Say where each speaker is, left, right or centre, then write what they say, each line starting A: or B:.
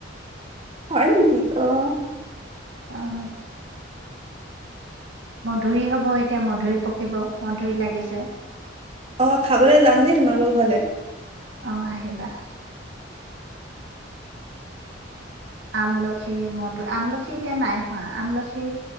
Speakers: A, on the right (about 30°); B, on the right (about 70°).
A: হয় নেকি, অহ।
B: অহ। মধুৰি হ'ব এতিয়া মধুৰি পকিব, মধুৰি লাগিছে।
A: অ', মই খাবলে যাম দেই তোমালোকৰ ঘৰলে।
B: অ', আহিবা। আমলখি মদুৰ, আমলখি এতিয়া নাই হোৱা আমলখি